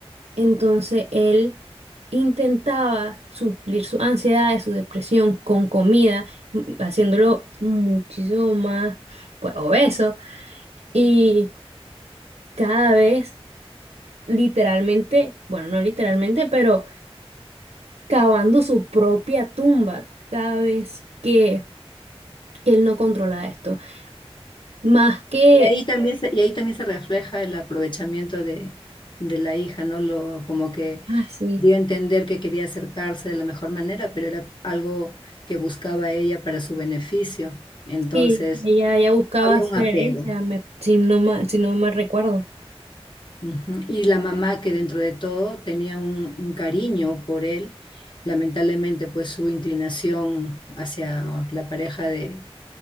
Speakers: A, on the right; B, on the left.
A: Entonces él intentaba suplir su ansiedad, su depresión con comida, m- haciéndolo muchísimo más, pues, obeso. Y cada vez, literalmente, bueno, no literalmente, pero cavando su propia tumba cada vez que, que él no controla esto. Más que,
B: Y ahí también se, y ahí también se refleja el aprovechamiento de, de la hija, ¿no? Lo, como que
A: ah, sí,
B: dio a entender que quería acercarse de la mejor manera, pero era algo que buscaba ella para su beneficio. Entonces,
A: sí, ella, ella buscaba
B: había
A: su
B: un apego.
A: herencia, me, si no ma- si no mal recuerdo.
B: Ujú. Y la mamá que dentro de todo tenía un, un cariño por él, lamentablemente pues su inclinación hacia la pareja de,